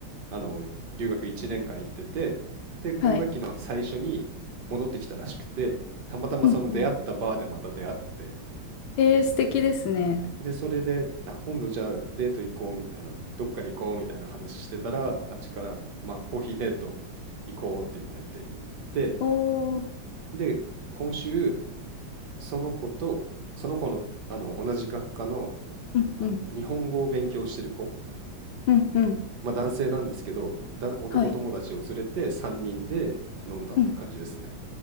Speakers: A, on the right; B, on the left.
A: あの、留学1年間行ってて、で、今学期の最初に戻ってきたらしくて、
B: はい。
A: たまたまその出会ったバーでまた出会って、
B: うんうんえー、素敵ですね。
A: で、それで、あ、今度じゃあデート行こうみたいな、どっか行こうみたいな話してたら、あっちから、まあコーヒーデート行こうって言われて行って、
B: おー、
A: で、今週、その子と、その子の、あの、同じ学科の、
B: うんうん
A: あの日本語を勉強してる子、
B: うんうん
A: まあ男性なんですけど、だ、男友達を連れて3人で飲んだって感じですね。
B: はい。うん